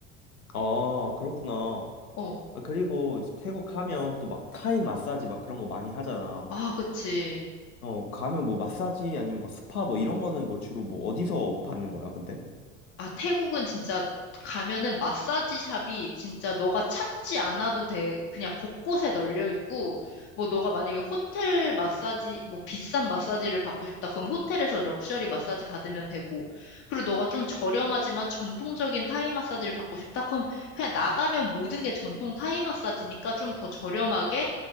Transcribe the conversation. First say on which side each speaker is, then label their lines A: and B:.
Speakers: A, on the left (about 90°); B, on the left (about 35°).
A: 아, 그렇구나.
B: 어.
A: 아, 그리고 이제 태국 가면 또 막 타이 마사지 막 그런 거 많이 하잖아.
B: 아, 그치.
A: 어, 가면 뭐 마사지 아니면 막 스파 뭐 이런 거는 뭐 주로 뭐 어디서 받는 거야, 근데?
B: 아, 태국은 진짜 가면은 마사지 샵이 진짜 너가 찾지 않아도 돼. 그냥 곳곳에 널려 있고, 뭐 너가 만약에 호텔 마사지, 뭐 비싼 마사지를 받고 싶다. 그럼 호텔에서 럭셔리 마사지 받으면 되고, 그리고 너가 좀 저렴하지만 전통적인 타이 마사지를 받고 싶다. 그럼 그냥 나가면 모든 게 전통 타이 마사지니까 좀 더 저렴하게